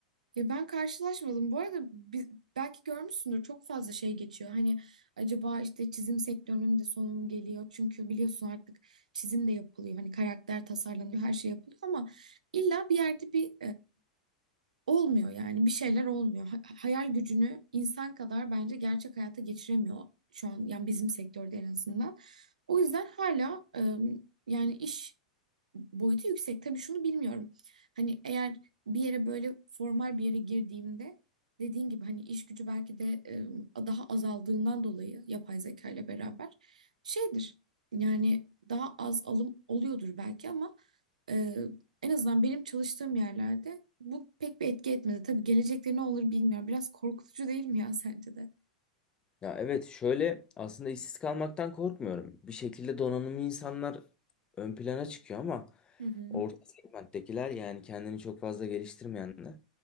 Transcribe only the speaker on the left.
Ya evet şöyle aslında işsiz kalmaktan korkmuyorum. Bir şekilde donanımlı insanlar ön plana çıkıyor ama
Orta segmenttekiler yani kendini çok fazla geliştirmeyenler